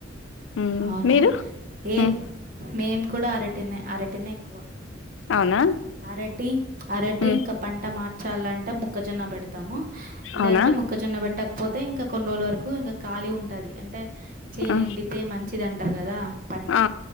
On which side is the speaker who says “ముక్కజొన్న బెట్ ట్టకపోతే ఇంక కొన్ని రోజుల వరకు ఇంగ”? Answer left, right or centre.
Right